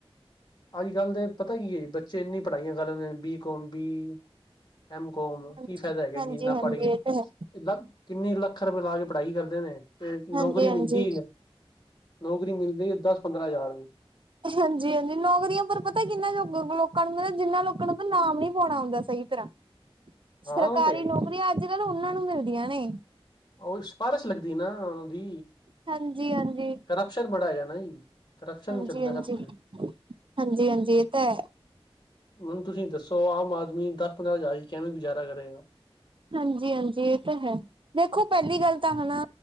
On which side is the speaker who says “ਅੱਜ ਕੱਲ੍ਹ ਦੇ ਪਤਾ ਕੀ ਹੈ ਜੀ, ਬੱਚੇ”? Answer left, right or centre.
Left